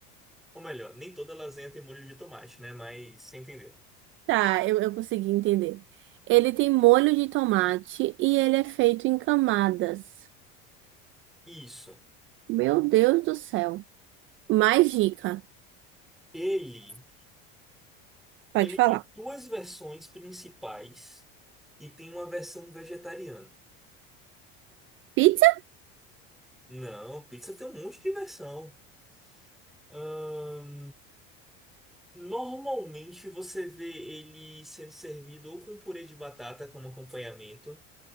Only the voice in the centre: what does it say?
Ou melhor, nem toda lasanha tem molho de tomate, né? Mas você entendeu.
Isso.
Ele,
ele
tem duas versões principais e tem uma versão vegetariana.
Não, pizza tem um monte de versão. Ahn, normalmente você vê ele sendo servido ou com purê de batata como acompanhamento,